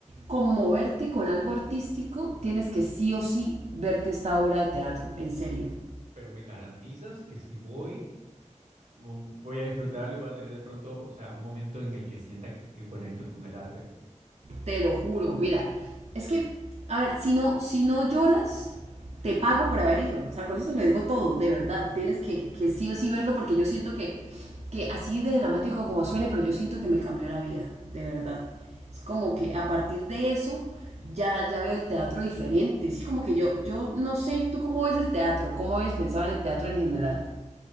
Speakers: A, on the right; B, on the right.
A: conmoverte con algo artístico, tienes que sí o sí verte esta obra de teatro, en serio.
B: pero me garantizas que si voy, vo- voy a disfrutarlo y voy a tener de pronto, o sea, un momento en el que sienta que que conecto con el arte.
A: Te lo juro. Mira, es que, a ver, si no, si no lloras, te pago por haber ido. O sea, con eso te lo digo todo, de verdad.
B: Mm.
A: Tienes que, que sí o sí verlo porque yo siento que, que así de dramático como suene, pero yo siento que me cambió la vida, de verdad. Es como que a partir de eso ya, ya veo el teatro diferente. Sí, como que yo, yo no sé, ¿tú cómo ves el teatro? ¿Cómo habías pensado en el teatro en general?